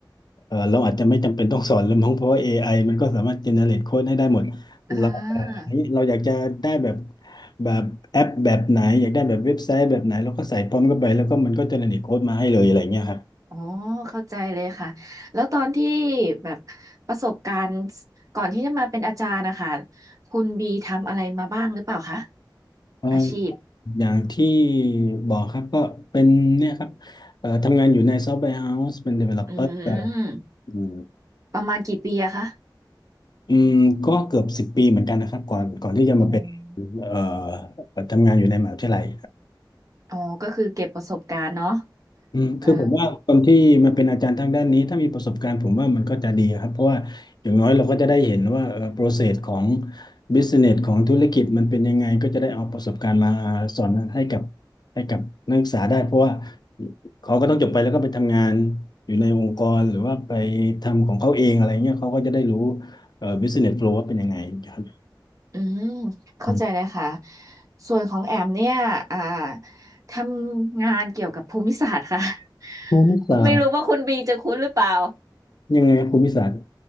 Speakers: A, on the left; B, on the right.
A: เออเราอาจจะไม่จำเป็นต้องสอนแล้วมั้งเพราะว่า AI มันก็สามารถเจเนเรตโค้ดให้ได้หมด
B: อ่า
A: เราเอ่อนี่เราอยากจะได้แบบแบบแอปแบบไหนอยากได้แบบเว็บไซต์แบบไหนเราก็ใส่พร้อมเข้าไปแล้วก็มันก็เจเนเรตโค้ดมาให้เลยอะไรเงี้ยครับ
B: อ๋อเข้าใจเลยค่ะแล้วตอนที่แบบประสบการณ์ก่อนที่จะมาเป็นอาจารย์นะคะคุณบีทำอะไรมาบ้างหรือเปล่าคะ
A: เออ
B: อาชีพ
A: อย่างที่บอกครับก็เป็นเนี่ยครับเอ่อทำงานอยู่ในซอฟต์แวร์เฮาส์เป็น developer
B: อืม
A: อืม
B: ประมาณกี่ปีอะคะ
A: อืมก็เกือบสิบปีเหมือนกันนะครับก่อนก่อนที่จะมาเป็น
B: อ๋อ
A: เอ่อทำงานอยู่ในมหาวิทยาลัย
B: อ๋อก็คือเก็บประสบการณ์เนาะ
A: อืมคือผมว่าคนที่มาเป็นอาจารย์ทางด้านนี้ถ้ามีประสบการณ์ผมว่ามันก็จะดีครับเพราะว่าอย่างน้อยเราก็จะได้เห็นว่าเอ่อ
B: เออ
A: process ของ business ของธุรกิจมันเป็นยังไงก็จะได้เอาประสบการณ์มาสอนให้กับให้กับนักศึกษาได้เพราะว่าเขาก็ต้องจบไปแล้วก็ไปทำงานอยู่ในองค์กรหรือว่าไปทำของเขาเองอะไรเงี้ยเขาก็จะได้รู้เอ่อ business flow ว่าเป็นยังไงครับ
B: อืมเข้าใจเลยค่ะ
A: อืม
B: ส่วนของแอมเนี่ยอ่าทำงานเกี่ยวกับภูมิศาสตร์ค่ะ
A: ภูมิศาสตร์
B: <laughs> ไม่รู้ว่าคุณบีจะคุ้นหรือเปล่า
A: ยังไงครับภูมิศาสตร์